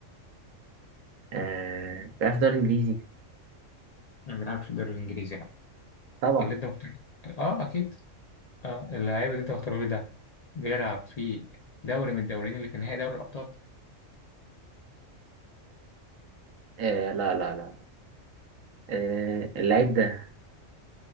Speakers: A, on the right; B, on the left.
A: آه بيلعب في الدوري الانجليزي
B: ما بيلعبش في الدوري الانجليزي
A: طبعا
B: اللي انت مختار اه اكيد اه اللعيب اللي انت مختاره إيه ده بيلعب في دوري من الدوريين اللي في نهائي دوري الابطال
A: آه لا لا لا آه اللعيب ده